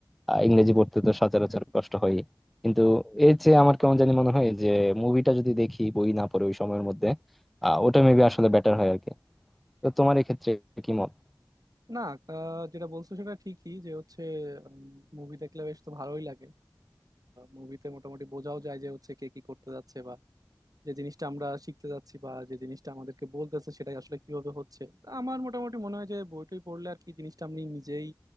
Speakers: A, in the centre; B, on the right (about 50°).
A: আহ, ইংরেজি পড়তে তো সচরাচর কষ্ট হয় কিন্তু এর চেয়ে আমার কেমন জানি মনে হয় যে মুভিটা যদি দেখি বই না পড়ে ওই সময়ের মধ্যে আহ ওটা মেবি আসলে বেটার হয় আরকি তো তোমার এক্ষেত্রে কি মত
B: না আহ, যেটা বলছো সেটা ঠিকই যে হচ্ছে মুভি দেখলে বেশ তো ভালোই লাগে মুভিতে মোটামুটি বোঝাও যায় যে হচ্ছে কে কি করতে যাচ্ছে বা যে জিনিসটা আমরা শিখতে যাচ্ছি বা যে জিনিসটা আমাদেরকে বলতেছে সেটাই আসলে কিভাবে হচ্ছে তা আমার মোটামুটি মনে হয় যে বই টই পড়লে আর কি জিনিসটা আমি নিজেই